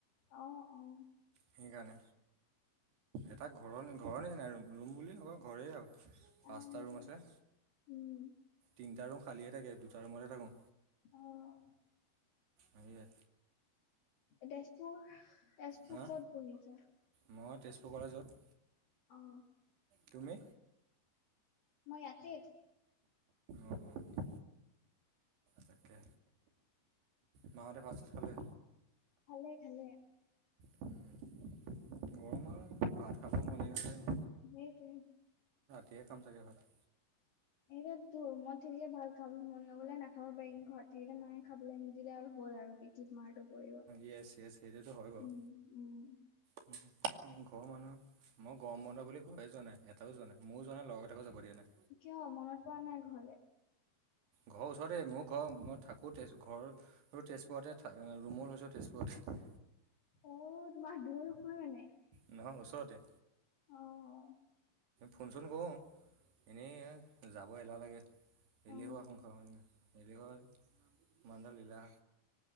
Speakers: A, on the left (about 60°); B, on the right (about 90°).
A: অ', অ'।
B: সেইকাৰণে, এটা ঘৰৰ, ঘৰৰ নিচিনা। ৰুম বুলি নকয় ঘৰেই আৰু। পাঁচটা
A: অ সেইটোৱে
B: ৰুম আছে।
A: উম
B: তিনটা ৰুম খালিয়ে থাকে, দুটা ৰুমতে থাকো।
A: অ'।
B: আহিলে?
A: তেজপুৰ তেজপুৰ
B: হা
A: ক'ত বনিছা?
B: মই তেজপুৰ কলেজত।
A: অ'।
B: তুমি?
A: মই ইয়াতেই।
B: অঁ অঁ তাকে মাহতে ভাত খালে?
A: খালে খালে।
B: উম, গৰম আৰু, ভাত খাব মনে নাযায়।
A: সেইটোৱেই।
B: দেৰিকৈ খাম ছাগে ভাত।
A: এইটো তো মত থাকিলে ভাল খাম, মন নগলে নাখা খাব পাৰি, ঘৰত থাকিলে মায়ে খাবলৈ নিদিলে আৰু হ'ল আৰু। ঠিক মাৰটো পৰিব উম,
B: ইয়েছ ইয়েছ সেইটোতো হয় বাৰু
A: উম।
B: ঘৰৰ মানুহ মই গৰম বন্ধ বুলি ঘৰে যোৱা নাই, এটাও যোৱা নাই। ময়ো যোৱা নাই লগৰ কোটাকো যাব দিয়া নাই
A: কিয় মনত পৰা নাই ঘৰলে?
B: ঘৰৰ ওচৰতে মোৰ ঘৰ মই থাকোঁ তেজ ঘৰ তেজপুৰতে ৰুমো লৈছোঁ তেজপুৰতে।
A: অ' তোমাৰ দূৰ নহয় মানে।
B: নহয় ওচৰতে।
A: অ', অ'।
B: ফোনচোন কৰোঁ, এনেই যাব এলাহ লাগে।
A: অ
B: এলেহুৱা সংসাৰ হয় নে নহয়, এলেহুৱা যে, মানুহজন লীলা।